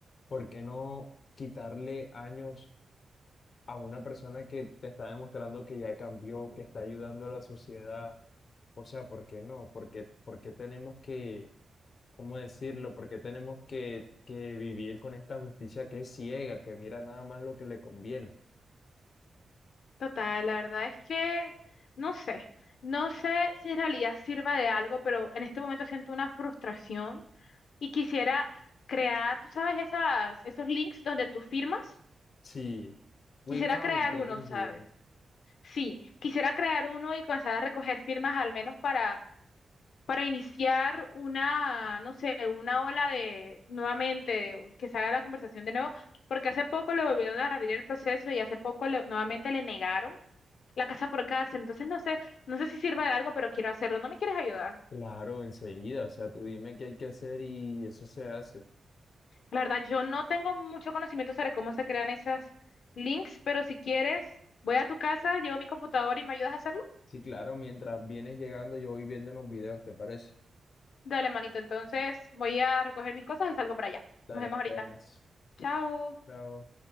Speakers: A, on the left; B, on the left.
A: ¿Por qué no quitarle años a una persona que te está demostrando que ya cambió, que está ayudando a la sociedad? O sea, ¿por qué no? ¿Por qué, por qué tenemos que, cómo decirlo? ¿Por qué tenemos que, que vivir con esta justicia que es ciega, que mira nada más lo que le conviene?
B: Total, la verdad es que no sé, no sé si en realidad sirva de algo, pero en este momento siento una frustración y quisiera crear, tú sabes, esas, esos links donde tú firmas,
A: Sí. We
B: quisiera
A: found,
B: crear
A: creo
B: uno, ¿sabes?
A: que se llama.
B: Sí, quisiera crear uno y comenzar a recoger firmas al menos para, para iniciar una, no sé, una ola de, nuevamente, de- que se haga la conversación de nuevo, porque hace poco le volvieron a revivir el proceso y hace poco le- nuevamente le negaron. La casa por cárcel. Entonces no sé, no sé si sirva de algo, pero quiero hacerlo. ¿No me quieres ayudar?
A: Claro, enseguida. O sea, tú dime qué hay que hacer y eso se hace.
B: La verdad, yo no tengo mucho conocimiento sobre cómo se crean esas links, pero si quieres, voy a tu casa, llevo mi computadora y me ayudas a hacerlo.
A: Sí, claro, mientras vienes llegando, yo voy viendo unos videos, ¿te parece?
B: Dale, manito. Entonces voy a recoger mis cosas y salgo para allá.
A: Dale,
B: Nos vemos
A: nos
B: ahorita.
A: vemos.
B: Chao.
A: Chao.